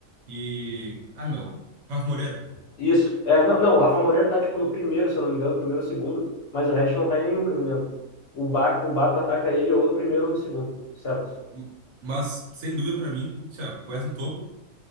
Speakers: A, on the right (about 65°); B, on the left (about 60°).
A: E. Ah, meu. Rafa Moreira.
B: Isso. É, não, não, o Rafa Moreira tá tipo no primeiro, se eu não me engano, primeiro ou segundo, mas o Hatch não tá em nenhum, que eu me lembro. O Baco, o Baco ataca ele ou no primeiro ou no segundo, certo?
A: M- Mas, sem dúvida pra mim, se ó, pôs no topo.